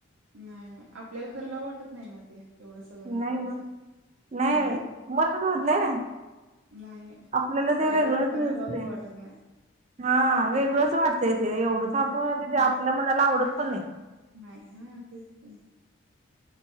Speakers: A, on the right; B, on the right.
A: नाही नाही आपल्याला करला वाटत नाही ना ते एवढं सगळं मेकअपच.
B: नाही ग नाही
A: हम्म हम्म
B: मनच होत नाही नाइ.
A: नाही.
B: आपल्याला
A: साध्या
B: ते वेगळंच
A: लोकांना
B: दिसतय
A: लावूच वाटत नाही.
B: हा वेगळंच वाटतय ते एवढंच आपण
A: वाट हा
B: आपल्या मनाला आवडत पन नाही
A: नाही हा तेच की